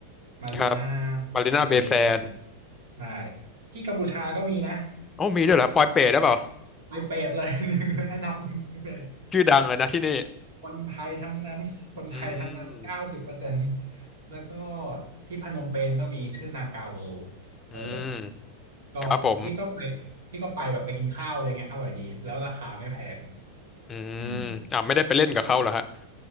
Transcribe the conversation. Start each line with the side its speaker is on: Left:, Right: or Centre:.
Right: มารีน่า
Left: ครับมารีนาเบย์แซนด์
Right: เบย์แซนด์ใช่ที่กัมพูชาก็มีนะ
Left: โอ้มีด้วยเหรอปอยเปรตหรือเปล่า
Right: ไปเป็ดเลย <laughs> หนึ่งอันดับหนึ่งไปเป็ด
Left: <laughs> ชื่อดังเลยนะที่นี่
Right: คนไทยทั้งนั้นคนไทยทั้งนั้นเก้าสิบเปอร์เซ็นต์
Left: อืม
Right: แล้วก็ที่พนมเปญก็มีชื่อนาคาเวิลด์เออ
Left: อืม
Right: ก็พี่ก็ไป
Left: ครับผม
Right: พี่ก็ไปแบบไปกินข้าวอะไรเงี้ยอร่อยดีแล้วราคาไม่แพง
Left: อืม
Right: อืม
Left: อ่าไม่ได้ไปเล่นกับเขาเหรอฮะ